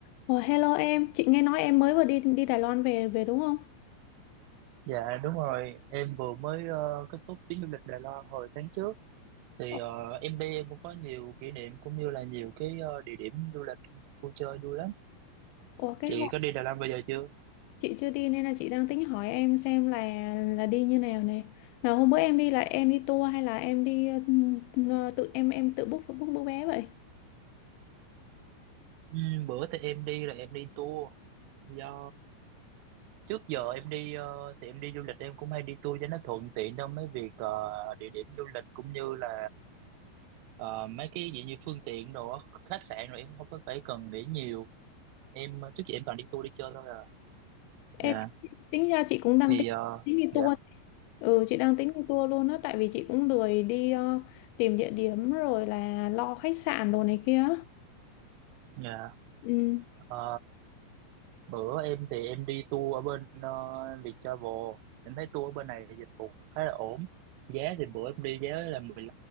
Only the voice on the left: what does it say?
Ủa, hello em, chị nghe nói em mới vừa đi đi Đài Loan về về đúng không?
Ủa,
ủa, cái
hôm
chị chưa đi nên là chị đang tính hỏi em xem là là đi như nào nè. Mà hôm bữa em đi là em đi tour hay là em đi ừ, tự em em tự book book book vé vậy?
Ê,
tính ra chị cũng đang
tính
tính đi
tour. Ừ, chị đang tính đi tour luôn á, tại vì chị cũng lười đi ờ, tìm địa điểm rồi là lo khách sạn đồ này kia.
Ừ.